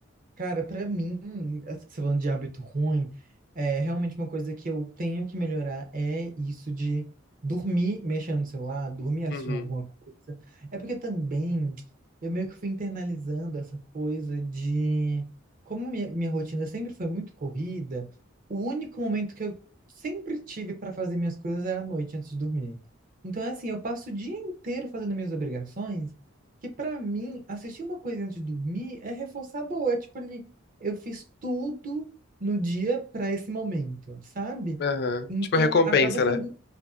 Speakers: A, on the right; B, on the left.
A: Cara, pra mim, assim, você falando de hábito ruim, é realmente uma coisa que eu tenho que melhorar é isso de dormir mexendo no celular, dormir assistindo
B: Uhum.
A: alguma coisa. É porque também eu meio que fui internalizando essa coisa de como minha, minha rotina sempre foi muito corrida, o único momento que eu sempre tive para fazer minhas coisas era à noite antes de dormir. Então, é assim, eu passo o dia inteiro fazendo minhas obrigações que pra mim, assistir uma coisa antes de dormir é reforçador. É tipo ali, eu fiz tudo no dia pra esse momento, sabe?
B: Aham.
A: Então
B: Tipo, recompensa,
A: acaba sendo.
B: né?